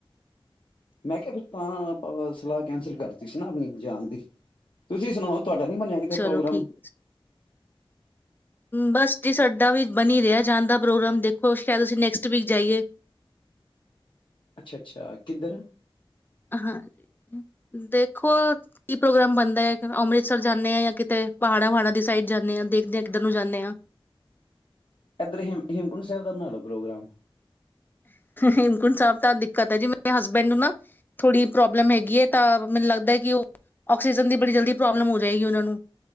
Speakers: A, on the left; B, on the left.
A: ਮੈਂ ਕਿਹਾ ਫਿਰ ਤਾਂ ਆਪਾਂ ਸਲਾਹ ਕੈਂਸਲ ਕਰਤੀ ਸੀ ਨਾ ਆਪਣੀ ਜਾਣ ਦੀ ਤੁਸੀਂ ਸੁਣਾਓ। ਤੁਹਾਡਾ ਨੀ ਬਣਿਆ ਕਿਤੇ
B: ਚਲੋ
A: ਪ੍ਰੋਗਰਾਮ
B: ਠੀਕ ਹੈ ਬਸ ਜੇ ਸਾਡਾ ਵੀ ਬਣੀ ਰਿਹਾ ਜਾਂਦਾ ਦਾ ਪ੍ਰੋਗਰਾਮ ਦੇਖੋ ਸ਼ਾਇਦ ਅਸੀਂ ਨੈਕਸਟ ਵੀਕ ਜਾਈਏ
A: ਅੱਛਾ ਅੱਛਾ ਕਿੱਧਰ ਨੂੰ।
B: ਹਾਂਜੀ, ਦੇਖੋ ਕੀ ਪ੍ਰੋਗਰਾਮ ਬਣਦਾ ਹੈ ਅੰਮ੍ਰਿਤਸਰ ਜਾਣਾ ਆ ਜਾਂ ਕਿਤੇ ਪਹਾੜਾਂ ਵਹਾੜਾਂ ਦੀ ਸਾਈਡ ਜਾਣੇ ਹਾਂ ਦੇਖਦੇ ਹਾਂ ਕਿੱਧਰ ਨੂੰ ਜਾਂਦੇ ਹਾਂ।
A: ਇਧਰ ਹੇਮ ਹੇਮਕੁੰਟ ਸਾਹਿਬ ਦਾ ਬਣਾ ਲਓ ਪ੍ਰੋਗਰਾਮ
B: ਹੇਮਕੁੰਟ ਸਾਹਿਬ ਤਾਂ ਦਿੱਕਤ ਹੈ ਜੀ ਮੇਰੇ ਹਸਬੈਂਡ ਨੂੰ ਨਾ ਥੋੜੀ ਪ੍ਰੋਬਲਮ ਹੈਗੀ ਹੈ ਤਾਂ ਮੈਨੂੰ ਲੱਗਦਾ ਕਿ ਉਹ ਆਕਸੀਜਨ ਦੀ ਬੜੀ ਜਲਦੀ ਪ੍ਰੋਬਲਮ ਹੋ ਜਾਏਗੀ ਉਹਨਾ ਨੂੰ